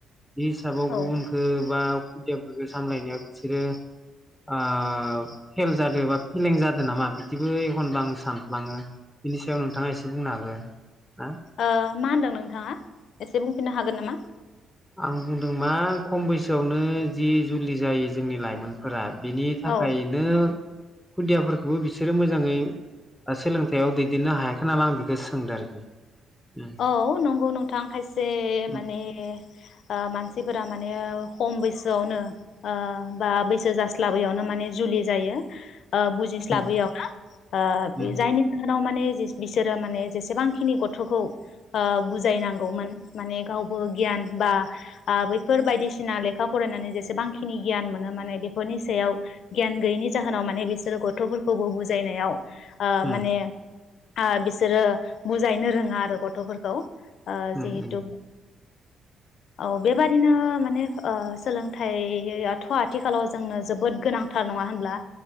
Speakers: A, in the centre; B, on the left (about 70°).
A: बे हिसाबाव
B: औ ओ
A: गुबुनखो बा खुदियाफोरखो सामलायनायाव बिसोरो ओ फेल जादो बा फेलें जादों नामा इदिबो एखनबा सानफ्लाङो बिनि सायाव नोंथाङा एसे बुंनो हागोन ना
B: ओ मा होनदों नोंथाङा एसे बुंफिननो हागोन नामा
A: आं बुंदों मा खम बैसोआवनो जि जुलि जायो जोंनि लाइमोनफोरा बिनि थाखायनो
B: औ
A: खुदियाफोरखौबो बिसोरो मोजाङै आ सोलोंथाइयाव दैदेननो हायाखै नाला आं बेखौ सोंदों आरोखि उम
B: औ नंगौ नोंथां खायसे माने
A: उम
B: ओ मानसिफोरा माने खम बैसोआवनो ओ बा बैसो जास्लाबैयावनो माने जुलि जायो ओ बुजिस्लाबैयाव
A: उम
B: नो ओ बे
A: उम
B: जायनि जाहोनाव माने जिस बिसोरो माने जेसेबांखिनि गथ'खौ ओ बुजायनांगौमोन माने गावबो गियान बा आ बैफोर बायदिसिना लेखा फरायनानै जेसेबांखिनि गियान मोनो माने बेफोरनि सायाव गियान गैयैनि जाहोनाव माने बिसोरो गथ'फोरखौबो बुजायनायाव आ
A: उम
B: माने आ बिसोरो बुजायनो रोङा आरो गथ थ'फोरखौ ओ
A: उम
B: जिहेतु
A: उम
B: औ बेबादिनो माने ओ सोलोंथाइयाथ' आथिखालाव जोंनो जोबोद गोनांथार नङा होनब्ला